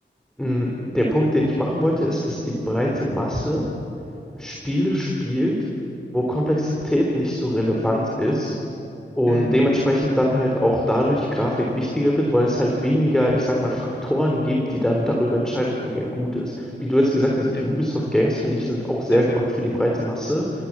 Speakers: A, in the centre; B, on the left.
A: mh, den Punkt, den ich machen wollte, ist, dass die breite Masse Spiele spielt, wo Komplexität nicht so relevant ist und
B: mhm,
A: dementsprechend dann halt auch dadurch Grafik wichtiger wird, weil es halt weniger, ich sag mal, Faktoren gibt, die dann darüber entscheiden, ob ein Game gut ist. Wie du jetzt gesagt hast, die
B: yes,
A: Ubisoft Games, finde ich, sind auch sehr
B: yes.
A: gemacht
B: sir.
A: für die breite Masse.